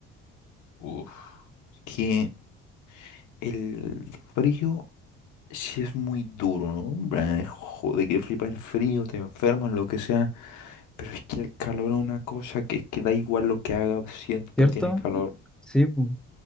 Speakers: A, on the left; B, in the centre.
A: Uf. Que el frío Sí es muy duro, ¿no? Hombre, Joder, que flipa el frío, te enfermas, lo que sea. Pero es que el calor es una cosa que es que da igual lo que haga, siempre
B: ¿Cierto?
A: tienes calor.
B: Sí, pu,